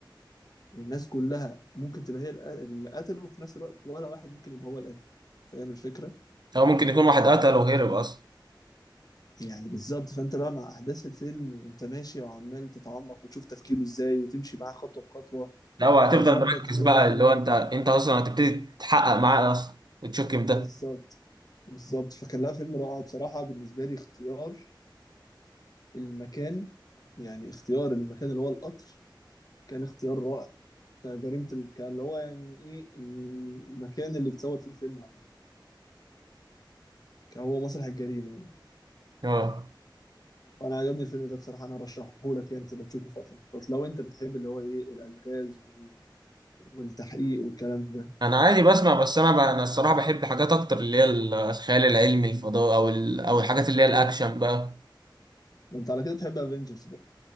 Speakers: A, on the left; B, on the right.
A: والناس كلها ممكن تبقى هي الق- اللي قتله وفي نفس الوقت ولا واحد ممكن يبقى هو القاتل فاهم الفكرة؟
B: او ممكن يكون واحد قتل وهرب اصلا
A: يعني بالظبط فانت بقى مع احداث الفيلم وانت ماشي وعمال تتعمق وتشوف تفكيره ازاي وتمشي معاه خطوة بخطوة
B: لو هتفضل
A: وتربط
B: مركز
A: كل
B: بقى
A: حاجة
B: اللي هو انت انت اصلا هتبتدي تحقق معاه اصلا وتشكم ده
A: بالظبط بالظبط فكان لا فيلم رائع بصراحة بالنسبة لي اختيار المكان يعني اختيار المكان اللي هو القطر كان اختيار رائع كجريمة ال- كان اللي هو يعني ايه المكان اللي بتصور فيه الفيلم عامة كان هو مسرح الجريمة يعني
B: اه
A: وانا عجبني الفيلم ده بصراحة انا رشحه لك يعني تبقى تشوفه فترة من الفترات لو انت بتحب اللي هو ايه الالغاز وال- والتحقيق والكلام ده
B: انا عادي بسمع بس انا بقى انا الصراحه بحب حاجات اكتر اللي هي ال- الخيال العلمي الفضاء او ال... او الحاجات اللي هي الاكشن بقى
A: ده انت على كده بتحب افنجرز بقى